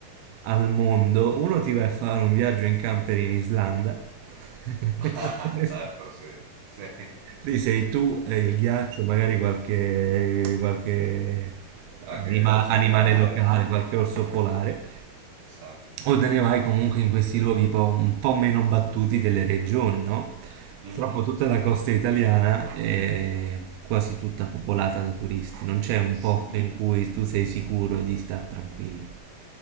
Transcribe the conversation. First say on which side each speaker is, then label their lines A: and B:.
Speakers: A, on the right (about 85°); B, on the right (about 70°).
A: al mondo. Uno ti vai a fare un viaggio in camper in Islanda.
B: <laughs>
A: <laughs>
B: Certo, sì. Sì.
A: Lì sei tu e il ghiaccio, magari qualche, qualche
B: Qualche
A: anima-
B: orso
A: animale
B: polare
A: locale,
B: là.
A: qualche orso polare.
B: sa.
A: O te ne vai comunque in questi luoghi po- un po' meno battuti delle regioni, no?
B: Mhm.
A: Purtroppo tutta la costa italiana è quasi tutta popolata da turisti, non c'è un
B: Sì.
A: posto in cui tu sei sicuro di star tranquillo.